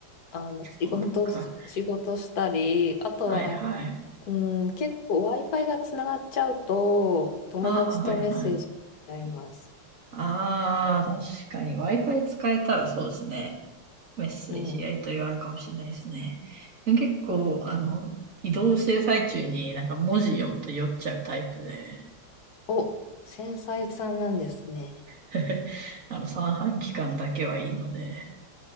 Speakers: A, on the left; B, on the right.
A: あの仕事し、
B: か
A: 仕事したり、あとは、
B: はいはい。
A: うん、結構 Wi-Fi がつながっちゃうと、友達とメッセージしちゃいます。
B: ああ、はいはい。ああ、確かに Wi-Fi 使えたらそうですね。メッセージやり取りはあるかもしれないですね。
A: うん、
B: でも結構、
A: うん。
B: あの、移動してる最中になんか文字読むと酔っちゃうタイプで、
A: お、繊細さんなんですね。
B: <laughs> あの、三半規管だけはいいので、